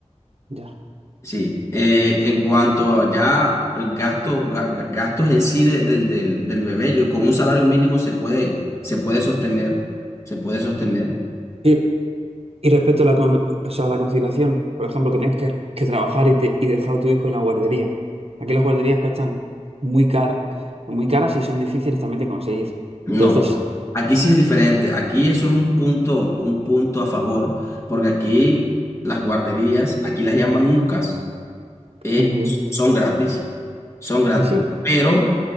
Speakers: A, on the right; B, on the left.
A: ya.
B: Sí, eh, en cuanto a ya el gasto, ga- ga- gastos en sí de- del, del, del bebé, yo con un salario mínimo se puede, se puede sostener, se puede sostener.
A: Y, y respecto a la, con- o sea, a la conciliación, por ejemplo, que tengas que, que trabajar y, te- y dejar a tu hijo en la guardería. Aquí las guarderías cuestan muy caro, muy caras y son difíciles también de conseguir.
B: No,
A: Entonces,
B: aquí sí es diferente. Aquí eso es un punto, un punto a favor, porque aquí las guarderías, aquí las llaman UCAS. eh,
A: ujú.
B: son gratis, son gratis,
A: Ah, sí.
B: pero,